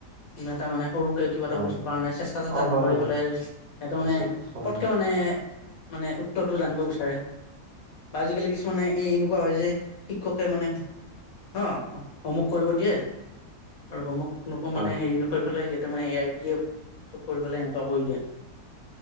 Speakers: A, on the left (about 60°); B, on the right (about 65°).
A: কিবা এটা মানে সৰু, কিবা
B: হয়
A: এটা বস্তু পাৰা নাই চেষ্টা জেষ্টা
B: অ
A: নকৰি
B: হয় হয়
A: পেলাই সিহতে
B: নিশ্চয়
A: মানে
B: হয়
A: পতকে মানে, মানে উত্তৰটো জানিব বিচাৰে। বা আজিকালি কিছুমানে এনেকুৱা হয় যে শি ক্ষকে মানে, অ হোমৱৰ্ক কৰিব দিয়ে। আৰু হোমৱৰ্ক নকো
B: হয়
A: মানে হেৰি নকৰি ফেলাই হেৰি সিহ তে মানে এ আই দিয়ে চব কৰি পেলাই এনেকুৱা কৰি দিয়ে।